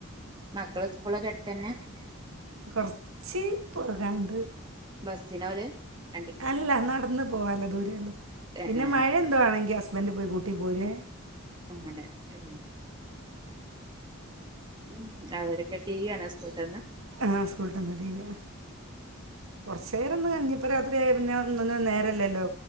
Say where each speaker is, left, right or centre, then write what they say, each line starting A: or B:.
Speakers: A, on the right; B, on the right.
A: മക്കള് സ്കൂളൊക്കെ എടുത്ത തന്നെ
B: അടുത്തന്നെ കൊറച്ച് പോകാണ്ട്
A: ബസിനാ പോവല്
B: അല്ല നടന്ന പോവാല ദൂരെയള്ള
A: ഏഹ്
B: പിന്നെ
A: ഏഹ്
B: മഴ എന്തുവാേണെങ്കി വണ്ടി പോയി കൂട്ടി പോരെ
A: അങ്ങനെ അല്ല ഉം അവരൊക്കെ ടീ വി കാണാ സ്കൂളട്ടന്ന്
B: ആഹ് സ്കൂൾട്ടന്ന് ടി വി കാണുവാ കുറച്ചു നേേരം ഒന്ന് കഴിഞ്ഞപ്പ രാത്രിയ പിന്നെ ഒന്നൊന്നും നേരല്ലല്ലോ